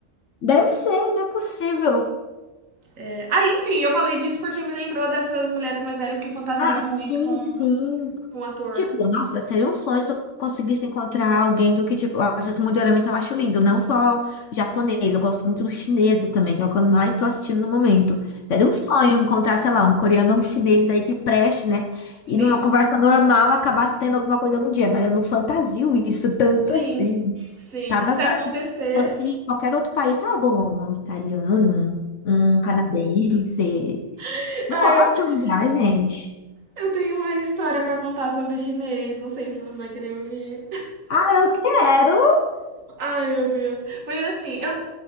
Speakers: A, on the left; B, on the right.
A: deve ser, não é possível.
B: É. Aí, enfim, eu falei disso porque me lembrou dessas mulheres mais velhas que fantasiam
A: Ah,
B: muito
A: sim,
B: com,
A: sim.
B: com o ator.
A: Tipo, nossa, seria um sonho se eu conseguisse encontrar alguém do que, tipo, eu acho esse Mudiorama também acho lindo, não só japonês, eu gosto muito dos chineses também, que é o que eu mais estou assistindo no momento. Era um sonho encontrar, sei lá, um coreano ou um chinês aí que preste, né?
B: Sim,
A: E numa conversa normal acabasse tendo alguma coisa algum dia, mas eu não fantasio isso tanto
B: sim,
A: assim.
B: sim.
A: Tava
B: Se
A: só,
B: acontecer.
A: se fosse qualquer outro país, tava bom, um italiano, um canadense.
B: <laughs>
A: Ótimo
B: Ai, eu, te-
A: já, gente.
B: eu tenho uma história pra contar sobre chinês. Não sei se você vai querer ouvir.
A: Ah, eu quero
B: Ai, meu Deus. Foi assim, eu...